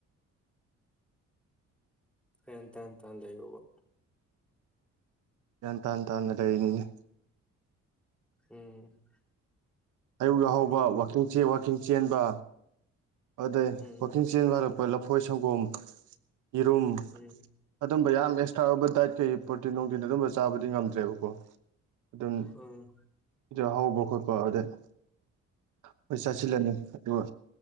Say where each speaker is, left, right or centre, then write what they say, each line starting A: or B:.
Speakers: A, in the centre; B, on the right.
A: ꯒꯌ꯭ꯥꯟ ꯇꯥꯅ ꯇꯥꯅꯥ ꯂꯩꯌꯣꯕ
B: ꯒ꯭ꯌꯥꯟ ꯇꯥꯟ ꯇꯥꯅ ꯂꯩꯔꯤꯅꯤꯅꯦ
A: ꯎꯝ
B: ꯑꯌꯨꯛ ꯌꯥꯍꯧꯕ
A: ꯑꯗꯨꯒ
B: ꯋꯋꯥꯛꯀꯤꯡ ꯆꯦꯟ ꯋꯥꯛꯀꯤꯡ ꯆꯦꯟꯕ ꯑꯗꯩ
A: ꯎꯝ
B: ꯋꯥꯀꯤꯡ ꯆꯦꯟꯕ ꯍꯂꯛꯄꯗ ꯂꯕ ꯑꯩꯈꯣꯏ ꯁꯪꯒꯣꯝ ꯌꯦꯔꯨꯝ
A: ꯎꯝ
B: ꯑꯗꯨꯝꯕ ꯌꯥꯝ ꯑꯦꯛꯁ꯭ꯔꯥ ꯑꯣꯏꯕ ꯗꯥꯏꯠ ꯀꯩ ꯄ꯭ꯔꯣꯇꯤꯟ ꯅꯨꯡꯗꯤꯟ ꯑꯗꯨꯝꯕ ꯆꯥꯕꯗꯤ ꯉꯝꯗ꯭ꯔꯦꯕꯀꯣ ꯑꯗꯨꯝ
A: ꯎꯝ
B: ꯁꯤꯗ ꯍꯧꯕ ꯈꯣꯠꯄ ꯑꯗꯨꯗꯩꯩ ꯆꯥꯁꯤꯜꯂꯅꯤ ꯑꯗꯨꯒ